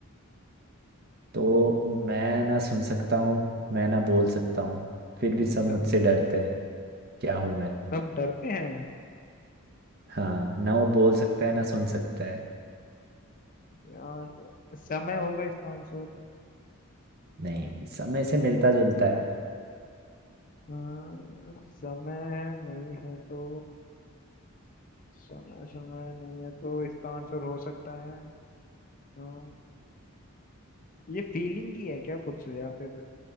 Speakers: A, on the right; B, on the left.
A: तो मैं ना सुन सकता हूँ मैं ना बोल सकता हूँ फिर
B: अच्छा
A: भी सब मुझसे डरते हैं क्या हूं मैं
B: सब डरते हैं
A: हाँ ना वो बोल सकता है ना सुन सकता है
B: यार समय होगा इसका आंसर
A: नहीं समय से मिलता जुलता है
B: हाँ, समय है नहीं है तो समय समय नहीं है तो इसका आंसर हो सकता है हाँ, ये फीलिंग ही है क्या कुछ या फिर